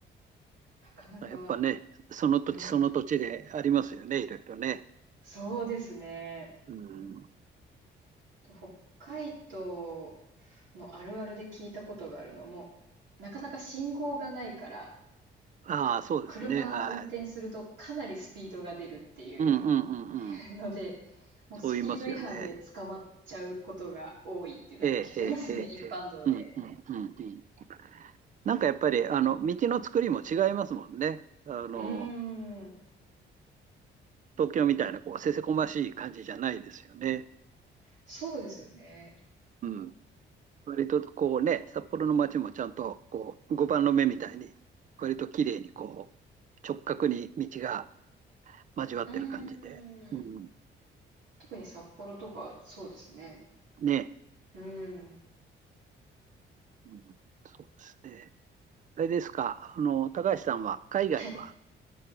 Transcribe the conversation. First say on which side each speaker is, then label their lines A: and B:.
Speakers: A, on the right (about 70°); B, on the right (about 40°).
A: なかなか。
B: やっぱね、その土地その土地でありますよね、
A: うん。
B: いろいろね。
A: そうですね。
B: うん。
A: 北海道のあるあるで聞いたことがあるのも、なかなか信号がないから、
B: ああ、そうですね。
A: 車運転するとかなりスピードが出るっていう
B: はい。うんうんうんうん。
A: <laughs> ので、もうスピード違反で捕まっちゃうことが多いっていうのは聞きますね、
B: そう言いますよね。ええ、ええ、ええ。
A: 一般道で。
B: ええうんうんうんうん。なんかやっぱり、あの、道の作りも違いますもんね。あの、
A: うーん。
B: 東京みたいな、こう、せせこましい感じじゃないですよね。
A: そうですよね。
B: うん。割とこうね、札幌の街もちゃんとこう碁盤の目みたいに、割と綺麗にこう直角に道が交わってる感じで、
A: うー
B: うん、
A: ん。特に札幌とか、そうですね。
B: ね、
A: うーん。
B: うん、そうですね。あれですか、あの、高橋さんは海外は
A: はい。